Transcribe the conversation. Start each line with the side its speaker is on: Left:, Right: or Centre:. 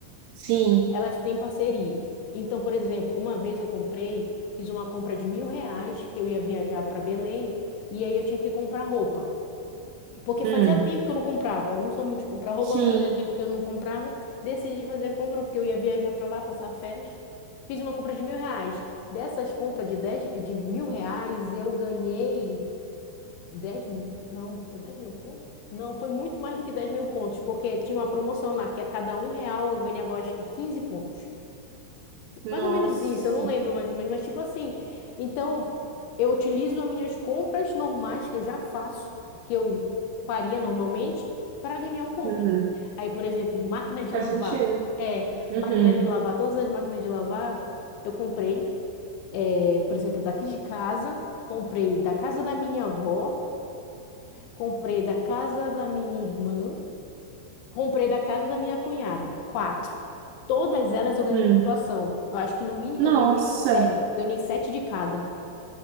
Right: sim,
Left: elas têm parceria. Então, por exemplo, uma vez eu comprei, fiz uma compra de mil reais, que eu ia viajar para Belém, e aí eu tinha que comprar roupa. Porque
Right: hum,
Left: fazia tempo que eu não comprava. Eu não sou muito de comprar roupa,
Right: sim.
Left: mas fazia tempo que eu não comprava. Decidi fazer a compra porque eu ia viajar para lá, passar férias. Fiz uma compra de mil reais. Dessas compras de, dez, de mil reais, eu ganhei 10 mil, não, foi 10 mil pontos? Não, foi muito mais do que 10 mil pontos, porque tinha uma promoção lá que a cada um real eu ganhava, acho que 15 pontos.
Right: Nossa,
Left: Mais ou menos isso, eu não lembro mais ou menos, mas tipo assim. Então, eu utilizo as minhas compras normais que eu já faço, que eu faria normalmente, para ganhar um ponto.
Right: uhum,
Left: Aí, por exemplo, máquina de
Right: faz
Left: lavar.
Right: sentido.
Left: É,
Right: Uhum,
Left: máquina de lavar, todas as máquinas de lavar eu comprei, é, por exemplo, daqui de casa, comprei da casa da minha avó, comprei da casa da minha irmã. Comprei da casa da minha cunhada, quatro. Todas elas eu ganhei
Right: hum.
Left: pontuação. Eu acho que no mínimo
Right: Nossa,
Left: eu ganhei, é, ganhei sete de cada.